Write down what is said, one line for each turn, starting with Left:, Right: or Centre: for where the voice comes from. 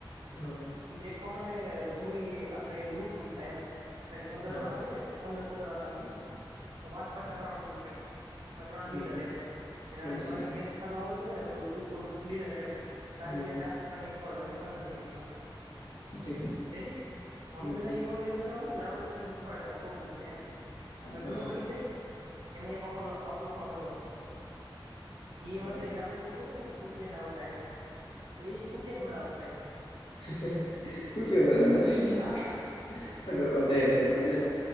Left: હમ્મ
Right: બ્રેકમાં મારે ગમેી આપણે ગ્રુપ પણ હતા એમ પંદર
Left: હા
Right: જણા હોય. પંદર સોંકરા હતા, તો પાંચ પાંચ ના ત્રણ ગ્રુપ એમ એ ત્રણ
Left: હમ
Right: લીડર એમ જાણે
Left: સમજી
Right: કે તને
Left: ગયો
Right: મેચ સારુ આવડતુ હોય, ને તો તું લીડર એમ તારે
Left: હમ
Right: બીજા ચાર છોકરા નીંખવાડવાની પંદર મિનિટમા
Left: ઠીક
Right: રેડી અમે
Left: હમ
Right: બધા રો બધા હુ ગ્રઉન્ડઠખવાડતા હોય, કો કોક ને એમ અ
Left: હા
Right: ગ્રુપ બની જાય. એમાં એક અપલોખનો હતો એઉન્
Left: હા
Right: એમ ખૂટિયાના આવતા એમ તો એ ખૂટિયા ધોડાવા જાય.
Left: હે હે ફુટયો તો રવા જઈ ગયા
Right: હા હા
Left: જગવા જાય એટલે <unintelligible>